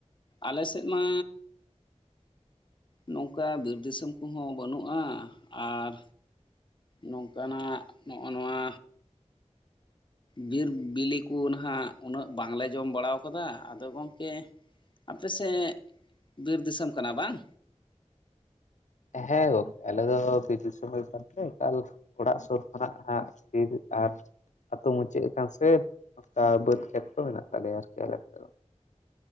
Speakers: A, on the left (about 40°); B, on the left (about 85°).
A: ᱟᱞᱮᱥᱮᱫ ᱢᱟ ᱱᱚᱝᱠᱟ ᱵᱤᱨ ᱫᱤᱥᱚᱢ ᱠᱚᱦᱚᱸ ᱵᱟᱹᱱᱩᱜᱼᱟ ᱟᱨ ᱱᱚᱝᱠᱟᱱᱟᱜ ᱱᱚᱜᱼᱚ ᱱᱚᱣᱟ ᱵᱤᱨ ᱵᱤᱞᱤ ᱠᱚ ᱱᱟᱦᱟᱜ ᱩᱱᱟᱹᱜ ᱵᱟᱝᱞᱮ ᱡᱚᱢ ᱵᱟᱲᱟᱣ ᱠᱟᱫᱟ ᱟᱫᱚ ᱜᱚᱝᱠᱮ ᱟᱯᱮ ᱥᱮᱫ ᱵᱤᱨ ᱫᱤᱥᱚᱢ ᱠᱟᱱᱟ ᱵᱟᱝ
B: ᱦᱮᱸ ᱜᱚᱝᱠᱮ ᱟᱞᱮ ᱫᱚ ᱵᱤᱨ ᱫᱤᱥᱚᱢ ᱜᱮ ᱠᱟᱱ ᱛᱟᱞᱮᱭᱟ ᱮᱠᱟᱞ ᱚᱲᱟᱜ ᱥᱩᱨ ᱠᱷᱚᱱᱟᱜ ᱦᱟᱜ ᱵᱤᱨ ᱟᱨ ᱟᱹᱛᱩ ᱢᱩᱪᱟᱹᱫ ᱟᱠᱟᱱ ᱥᱮ ᱚᱱᱠᱟ ᱵᱟᱹᱫᱽ ᱠᱷᱮᱛ ᱠᱚ ᱢᱮᱱᱟᱜ ᱛᱟᱞᱮᱭᱟ ᱟᱨᱠᱤ ᱟᱞᱮ ᱱᱚᱛᱮ ᱫᱚ